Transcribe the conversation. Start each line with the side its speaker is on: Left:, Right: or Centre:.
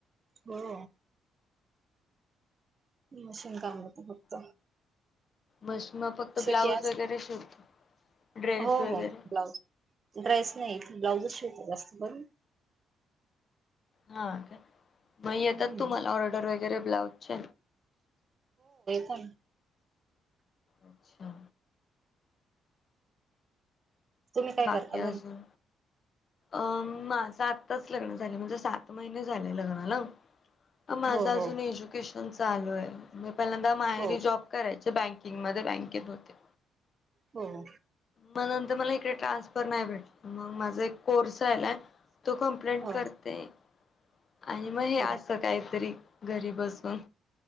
Right: हो ह मशीन काते फक्त
Left: मस मग फक्त
Right: शेती
Left: ब्लाऊज
Right: अस
Left: वगैरे शोधत ड्रेस
Right: हो
Left: वगैरे
Right: हो ब्लाऊज ड्रेस नाही ब्लाउऊज शिवत जास्त बरून
Left: हा का मग येतात
Right: हम्म
Left: तुम्हाला ऑर्डर वगैरे ब्लाउज
Right: कन
Left: अच्छा
Right: तुम्ही काय
Left: बाकी
Right: करता
Left: अजून
Right: घरी
Left: अं माझ आातच लग्न झाले म्हणजे सात महिने झालेय लग्नाला माझं
Right: हो हो
Left: अजून एज्युकेशन चालूय म पहिल्यांदा मायरी
Right: हो
Left: जॉब करायच बँक किंग मध्ये बँकेत होते
Right: हो
Left: मग नंतर मला इकडे ट्रान्सफर नाही भेटला मग माझा एक कोर्स तो कंप्लेंट
Right: हो
Left: करते आणि मग हे
Right: हो
Left: असं काहीतरी घरी बसून